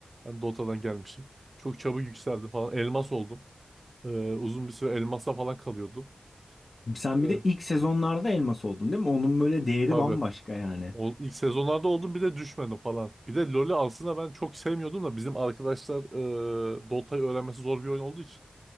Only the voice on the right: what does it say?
Ben Dota'dan gelmişim. Çok çabuk yükseldim falan. Elmas oldum. Ee, uzun bir süre elmasla falan kalıyordum.
Ee,
tabii.
O, ilk sezonlarda oldum bir de düşmedim falan. Bir de LoL'ü aslında ben çok sevmiyordum da bizim arkadaşlar e, Dota'yı öğrenmesi zor bir oyun olduğu için